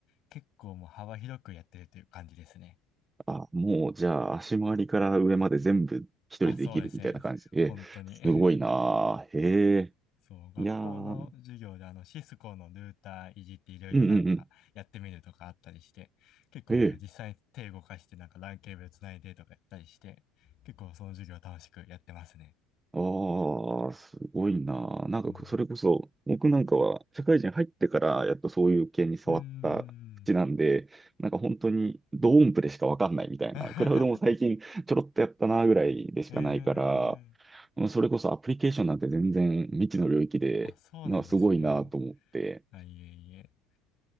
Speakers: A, on the left; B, on the right.
A: 結構もう幅広くやってるという感じですね。
B: あ、もうじゃあ足回りから上まで全部一人でできるみたいな感じ。
A: あ、そうですね。
B: え、
A: 本当に。
B: すごいなあへえ。
A: <laughs> そう、学校の授業であのシスコのルーターいじっていろいろなんかやってみるとかあったりして、
B: いやー。うんうんうん。
A: 結構なんか実際に手動かしてなんかランケーブルつないでとかやったりして、
B: へえ。
A: 結構その授業楽しくやってますね。
B: ああ、すごいなあなんかそれこそ、
A: うん。
B: 僕なんかは社会人入ってからやっとそういう系に触った口なんで、
A: うーん。
B: なんか本当にドーンプレしかわかんないみたいな。
A: <laughs>
B: クラウドも最近ちょろっとやったなぐらいでしかないから、
A: うーん。
B: うんそれこそアプリケーションなんて全然未知の領域で、
A: あ、そうなんですね。
B: まあすごいなと思って。
A: あ、いえいえ。